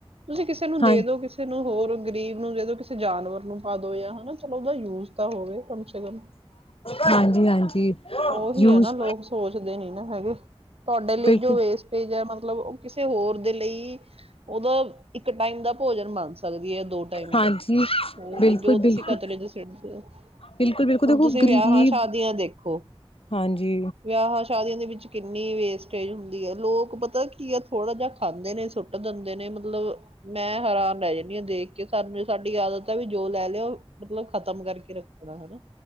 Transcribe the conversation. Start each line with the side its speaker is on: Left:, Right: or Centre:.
Right: ਤੁਸੀਂ ਕਿਸੇ ਨੂੰ ਦੇ
Left: ਹਾਂਜੀ
Right: ਦੋ ਕਿਸੇ ਨੂੰ ਹੋਰ ਗ਼ਰੀਬ ਨੂੰ ਜਦੋਂ ਕਿਸੇ ਜਾਨਵਰ ਨੂੰ ਪਾ ਹਨਾ ਚਲੋ ਉਹਦਾ ਯੂਜ ਤਾਂ ਹੋਵੇ ਕਮ ਸੇ ਕਮ
Left: ਹਾਂਜੀ ਹਾਂਜੀ
Right: ਹੋਰ ਹੈ
Left: ਯੂਜ
Right: ਨਾ ਲੋਕ ਸੋਚਦੇ ਨੀ ਨਾ ਹੈਗੇ ਤੁਹਾਡੇ ਲਈ
Left: ਬਿਲਕੁਲ
Right: ਜੋ ਵੇਸਟੇਜ ਹੈ, ਮ ਮਤਲਬ ਉਹ ਕਿਸੇ ਹੋਰ ਦੇ ਲਈ ਉਹਦਾ ਇੱਕ ਟਾਈਮ ਦਾ ਭੋਜਨ ਬਣ ਸਕਦੀ ਹੈ ਦੋ ਟਾਈਮ
Left: ਹਾਂਜੀ
Right: ਦਾ, ਹਰ
Left: ਬਿਲਕੁਲ
Right: ਜੋ ਤੁਸੀਂ
Left: ਬਿਲਕੁਲ
Right: ਕਚਰੇ ਚ ਸਿੱਟਦੇ ਹੋ
Left: ਬਿਲਕੁਲ ਬਿਲਕੁਲ
Right: ਹੁਣ
Left: ਦੇਖੋ
Right: ਤੁਸੀਂ
Left: ਗ਼ਰੀਬ
Right: ਵਿਆਹਾਂ ਸ਼ਾਦੀਆਂ ਦੇਖੋ
Left: ਹਾਂਜੀ
Right: ਵਿਆਹਾਂ ਸ਼ਾਦੀਆਂ ਦੇ ਵਿੱਚ ਕਿੰਨੀ ਵੇਸਟੇਜ ਹੁੰਦੀ ਹੈ। ਲੋਕ ਪਤਾ ਪਤਾ ਕੀ ਹੈ ਥੋੜਾ ਜਿਹਾ ਖਾਂਦੇ ਨੇ ਸੁੱਟ ਦਿੰਦੇ ਨੇ, ਮਤਲਬ ਮੈਂ ਹੈਰਾਨ ਰਹਿ ਜਾਂਦੀ ਹਾਂ ਦੇਖ ਕੇ ਸਾਨੂੰ ਸਾਡੀ ਆਦਤ ਆ ਵੀ ਜੋ ਲੈ ਲਿਆਓ ਮਤਲਬ ਖ਼ਤਮ ਕਰਕੇ ਰੱਖਣਾ ਹਨਾ